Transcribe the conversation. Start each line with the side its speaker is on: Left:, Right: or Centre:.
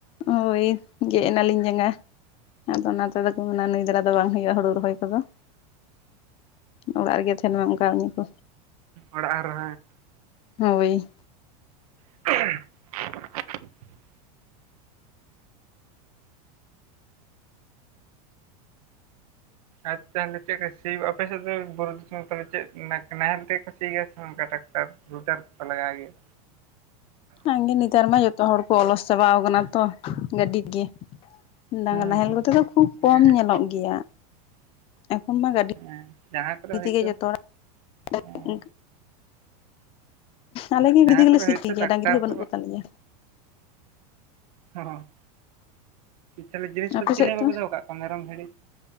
Left: ᱦᱳᱭ ᱜᱮᱫ ᱮᱱᱟᱞᱤᱧ ᱡᱟᱸᱜᱟ᱾ ᱟᱫᱚ ᱚᱱᱟ ᱛᱮᱫᱚ ᱠᱚ ᱢᱮᱱᱟ ᱱᱩᱭ ᱫᱟᱨᱟ ᱫᱚ ᱵᱟᱝ ᱦᱩᱭᱩᱜᱼᱟ ᱦᱩᱲᱩ ᱨᱚᱦᱚᱭ ᱠᱚᱫᱚ, ᱚᱲᱟᱜ ᱨᱮᱜᱮ ᱛᱟᱦᱮᱱ ᱢᱮ ᱚᱱᱠᱟ ᱟᱹᱧᱟ ᱠᱚ,
Right: ᱚᱲᱟᱜ ᱨᱮ
Left: ᱦᱳᱭ,
Right: <unintelligible> ᱟᱨ ᱛᱟᱦᱚᱞᱮ ᱪᱮᱫ ᱠᱟ ᱥᱤ ᱟᱯᱮ ᱥᱮᱫ ᱫᱚ ᱵᱩᱨᱩ ᱫᱤᱥᱚᱢ ᱛᱟᱦᱚᱞᱮ ᱪᱮᱫ ᱱᱟᱦᱮᱞ ᱛᱮᱜᱮ ᱠᱚ ᱥᱤ ᱜᱮᱭᱟ ᱥᱮ ᱚᱱᱠᱟ ᱴᱟᱠᱴᱟᱨ? ᱨᱩᱴᱟᱨ ᱠᱚᱯᱮ ᱞᱟᱜᱟᱣ ᱜᱮᱭᱟ,
Left: ᱚᱱᱟᱜᱮ ᱱᱤᱛᱤᱫᱨ ᱢᱟ ᱡᱚ ᱛᱚ ᱦᱚᱲ ᱠᱚ ᱚᱞᱚᱥ ᱪᱟᱵᱟᱣ ᱠᱟᱱᱟ ᱛᱚ ᱜᱟᱹᱰᱤ ᱛᱤ ᱜᱤ, ᱰᱟᱝᱨᱟ
Right: ᱦᱮᱸ
Left: ᱱᱟᱦᱮᱞ
Right: ᱦᱮᱸ
Left: ᱠᱚᱛᱮ ᱫᱚ ᱠᱷᱩᱵ
Right: ᱦᱮᱸ
Left: ᱠᱚᱢ ᱧᱮᱞᱚᱜ ᱜᱮᱭᱟ ᱮᱠᱷᱚᱱ ᱢᱟ ᱜᱟᱹᱰᱤ
Right: ᱦᱮᱸ ᱡᱟᱦᱟᱸ ᱠᱚᱨᱮ
Left: ᱤ
Right: ᱦᱳᱭᱛᱳ
Left: ᱛᱮᱜᱮ ᱡᱚᱛᱚ ᱦᱚᱲᱟᱜ <unintelligible>
Right: ᱦᱮᱸ
Left: ᱟᱞᱮ ᱜᱮ
Right: ᱡᱟᱦᱟᱸ
Left: ᱜᱟᱹᱵᱤᱛᱮᱜᱮᱞᱮ
Right: ᱠᱚᱨᱮ
Left: ᱥᱤ
Right: ᱦᱳᱭᱛᱳ
Left: ᱦᱚᱪᱚᱭ ᱜᱮᱭᱟ
Right: ᱴᱟᱠᱴᱟᱨ
Left: ᱰᱟᱝᱨᱤ ᱦᱚ ᱵᱟᱹᱱᱩᱜ
Right: ᱠᱚ
Left: ᱠᱚᱛᱟ ᱞᱮᱭᱟ᱾
Right: ᱦᱚᱸ, ᱛᱟᱦᱚᱞᱮ ᱡᱤᱱᱤᱥᱯᱛᱤ
Left: ᱟᱯᱮ
Right: ᱪᱤᱞᱤ
Left: ᱥᱮᱫ
Right: ᱦᱚᱸ
Left: ᱫᱚ
Right: ᱵᱟᱯᱮ ᱫᱚᱦᱚ ᱟᱠᱟᱜ ᱠᱚᱣᱟ ᱢᱮᱨᱚᱢ ᱵᱷᱤᱲᱤ?